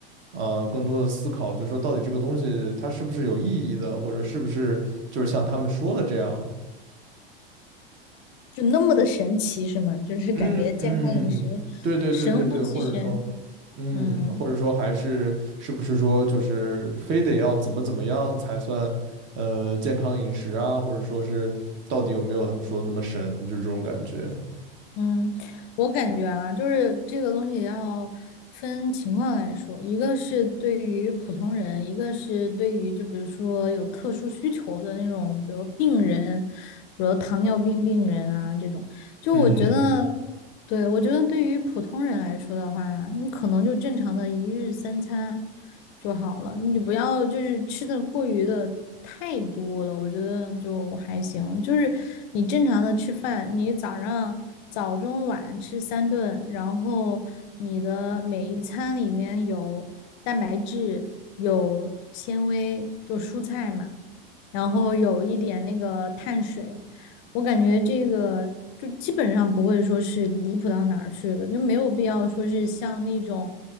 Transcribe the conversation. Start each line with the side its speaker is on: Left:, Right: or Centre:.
Right: 呃，更多的思考，就是说到底这个东西它是不是有意义的，或者是不是就是像他们说的这样？
Left: 就那么的神奇是吗？就是感觉健康饮食
Right: 嗯嗯，对对对对对，
Left: 神乎其神。
Right: 或者说，嗯，
Left: 嗯。
Right: 或者说还是是不是说就是非得要怎么怎么样才算呃健康饮食啊，或者说是到底有没有他们说的那么神，就这种感觉。
Left: 嗯，我感觉啊，就是这个东西要分情况来说，一个是对于普通人，一个是对于就比如说有特殊需求的那种，比如病人，比如糖尿病病人啊这种，就我觉得。
Right: 嗯
Left: 对，我觉得对于普通人来说的话，你可能就正常的一日三餐就好了，你不要就是吃的过于的太多了，我觉得就还行。就是你正常的吃饭，你早上早中晚吃三顿，然后你的每一餐里面有蛋白质，有纤维，就蔬菜嘛，然后有一点那个碳水。我感觉这个就基本上不会说是离谱到哪儿去的，就没有必要说是像那种，